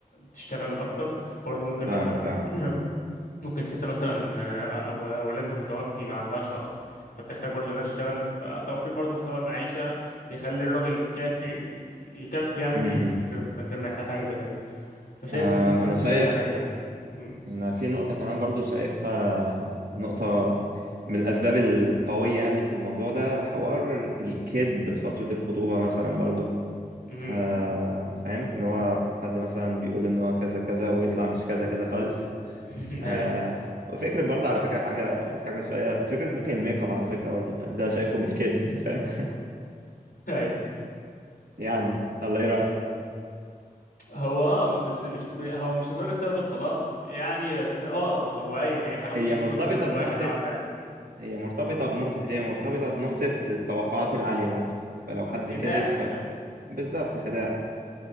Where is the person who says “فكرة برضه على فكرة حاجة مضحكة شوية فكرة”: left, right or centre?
Right